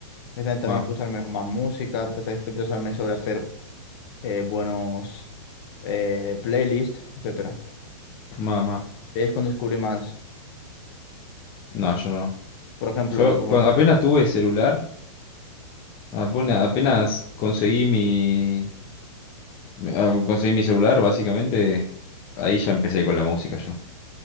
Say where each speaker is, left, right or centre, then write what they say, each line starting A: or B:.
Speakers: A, on the left; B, on the left.
A: empecé también
B: Mamá,
A: a escuchar me- más música, empecé a interesarme sobre hacer eh, buenos eh, playlists, etcétera.
B: mamá.
A: Y ahí es cuando descubrí más,
B: No, yo no.
A: por ejemplo,
B: Yo
A: por
B: cuando
A: ponerte-
B: apenas tuve celular, apenas, apenas conseguí mi, mi- ah, conseguí mi celular, básicamente, ahí ya empecé con la música yo.